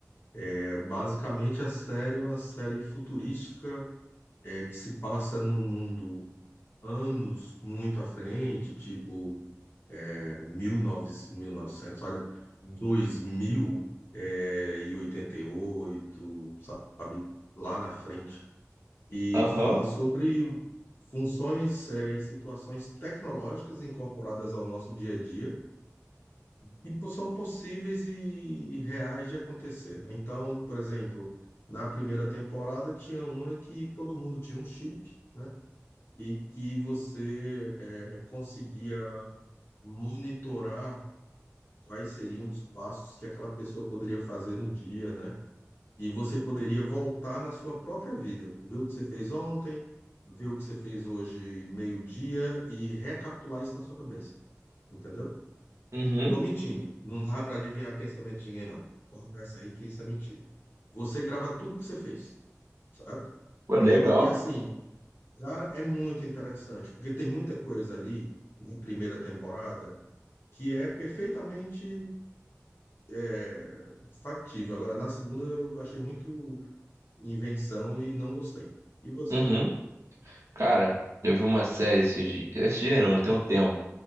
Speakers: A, on the left; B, on the right.
A: É, basicamente, a série é uma série futurística é, que se passa num mundo anos muito à frente, tipo é, 1900, novecentos, mil e novecentos, olha, 2000 é, e 88, sabe, lá na frente. E
B: Aham.
A: fala sobre funções, é, e situações tecnológicas incorporadas ao nosso dia a dia que po- são possíveis e reais de acontecer, né? Então, por exemplo, na primeira temporada tinha uma que todo mundo tinha um chip, né? e que você eh, conseguia monitorar quais seriam os passos que aquela pessoa poderia fazer no dia, né? E você poderia voltar na sua própria vida, ver o que você fez ontem, ver o que você fez hoje meio-dia e recapitular isso na sua cabeça, entendeu?
B: Uhum.
A: Não Tô mentindo, não dá para adivinhar pensamento de ninguém, não. Corta essa aí que isso é mentira. Você grava tudo o que você fez, certo?
B: Ué, Legal.
A: E assim, Cara, é muito interessante, porque tem muita coisa ali na primeira temporada que é perfeitamente é, factível. Agora, na segunda, eu achei muito invenção e não gostei. E você?
B: Uhum. Cara, eu vi uma série esses dias. Esse dia não, tem um tempo.